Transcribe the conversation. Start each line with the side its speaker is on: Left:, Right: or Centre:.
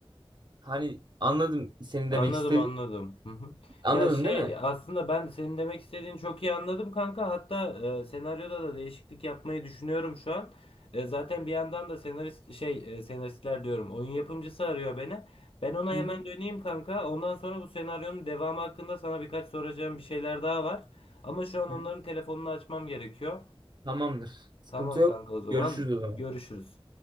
Right: hani anladım senin
Left: Anladım
Right: demek istediğin.
Left: anladım. Hı hı.
Right: Anladın
Left: Ya şey
Right: değil mi?
Left: aslında ben senin demek istediğini çok iyi anladım kanka. Hatta e, senaryoda da değişiklik yapmayı düşünüyorum şu an. E, zaten bir yandan da senarist şey e, senaristler diyorum oyun yapımcısı arıyor beni. Ben ona
Right: Hı
Left: hemen
Right: hı.
Left: döneyim kanka. Ondan sonra bu senaryonun devamı hakkında sana birkaç soracağım bir şeyler daha var. Ama şu an
Right: Hı.
Left: onların telefonunu açmam gerekiyor.
Right: Tamamdır. Sıkıntı
Left: Tamam
Right: yok.
Left: kanka o zaman
Right: Görüşürüz o zaman.
Left: görüşürüz.